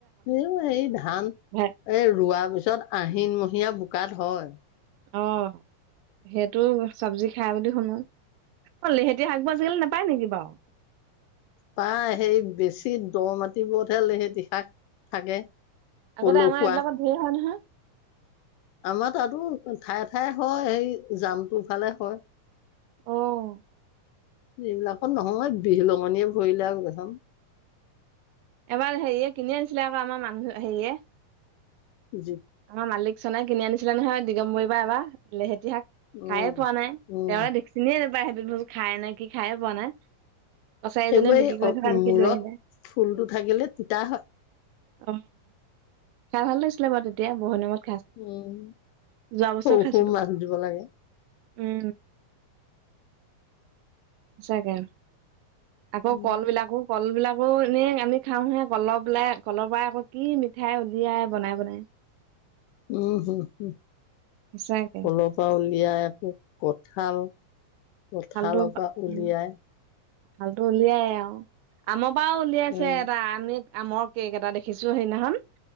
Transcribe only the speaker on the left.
এ এই ধান
এ ৰোৱাৰ পিছত আহিন মহীয়া বোকাত হয়।
পাই সেই বেছি দ মাটিবোৰত হেলেতি সেই শাক থাকে। পলসুৱা
আমাৰ তাতো ঠায়ে ঠায়ে হয় সেই জামটো ফালে হয়।
এইবিলাকো নহয় বিহ লগঙনিয়ে পৰিৰিলে আৰু এখনখন।
জো।
উম,
উম,
সেইবোৰ
এই
অ-
মূৰত
ফুলটো থাকিলে তিতা হয়।
উম
সৰু
সৰু মাছ দিব লাগে।
উম,
উম হুম হম
কলৰ পৰা উলিয়াই একো কত হাল। কঠালৰ
পৰা
উলিয়াই।
উম